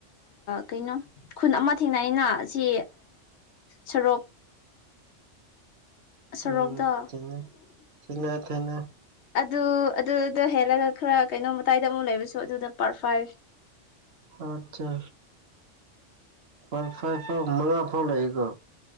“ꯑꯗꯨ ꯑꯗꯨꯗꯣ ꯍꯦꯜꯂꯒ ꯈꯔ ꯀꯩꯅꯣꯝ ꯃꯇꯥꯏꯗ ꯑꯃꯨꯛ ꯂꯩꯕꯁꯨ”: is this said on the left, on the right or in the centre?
Left